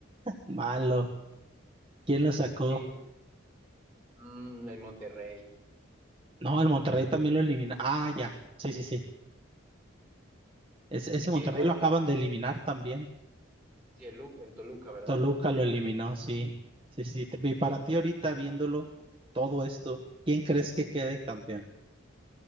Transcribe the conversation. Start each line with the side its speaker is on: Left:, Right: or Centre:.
Right: Malo. ¿Quién lo sacó?
Centre: Sí, Mm, el Monterrey.
Right: No, el Monterrey también lo elimina. Ah, ya. Sí, sí, sí. Es- ese Monterrey
Centre: Sí, ah,
Right: lo acaban de eliminar también.
Centre: sí, el, Lu- el Toluca, ¿verdad?
Right: Toluca lo eliminó, sí. Sí, sí. Te- Y
Centre: Sí.
Right: para ti ahorita viéndolo todo esto, ¿quién crees que quede campeón?